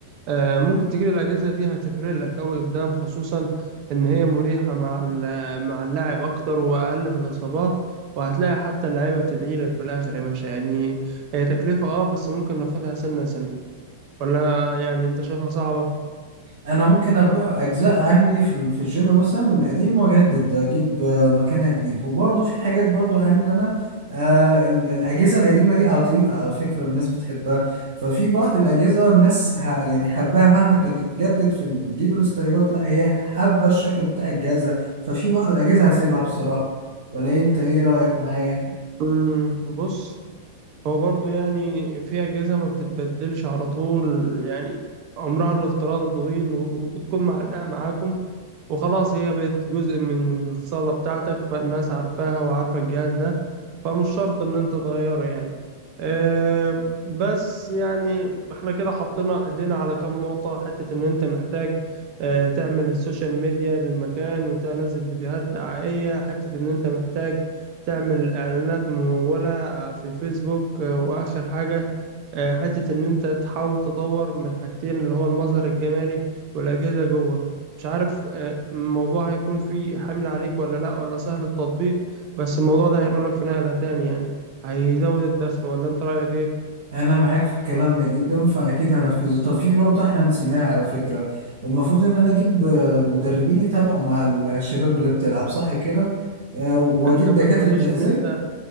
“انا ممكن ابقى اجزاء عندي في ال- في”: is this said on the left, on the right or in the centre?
Right